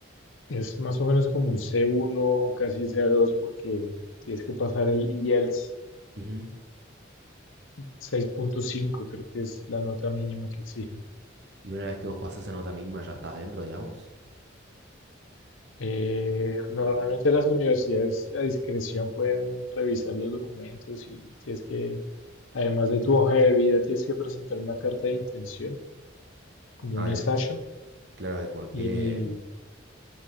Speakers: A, on the left; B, on the right.
A: Es más o menos como un C1, casi C2, porque tienes que pasar el IELTS
B: Ujú.
A: 6.5, creo que es la nota mínima que exigen.
B: Y una vez que vos pasás esa nota mínima, ya estás dentro, digamos.
A: Eh, normalmente las universidades a discreción pueden revisar los documentos y tienes que, además de tu hoja de vida, tienes que presentar una carta de intención, como
B: Ah,
A: un ensayo.
B: de- claro, de por qué.
A: Y